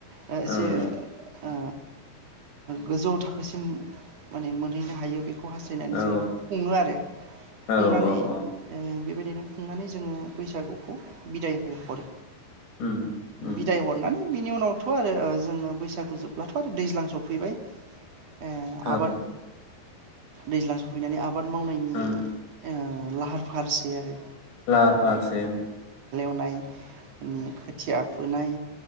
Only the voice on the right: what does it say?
ओ एसे
ओ गोजौ थाखोसिम माने मोनहैनो हायो बेखौ हास्थायनानै
जोङो खुङो आरो
खुंनानै
ओं बे बेबायदिनो खुंनानै जोङो बैसागुखौ बिदाय हो हरो
बिदाय हरनानै बिनि उनावथ' आरो जोङो बैसागु जोबब्लाथ' दैज्लां सफैबाय ओ
आबाद दैज्लां सौफैनानै आबाद आबाद मावनायनि
लाहार फाहारसै आरो
नाय माने खोथिया फुनाय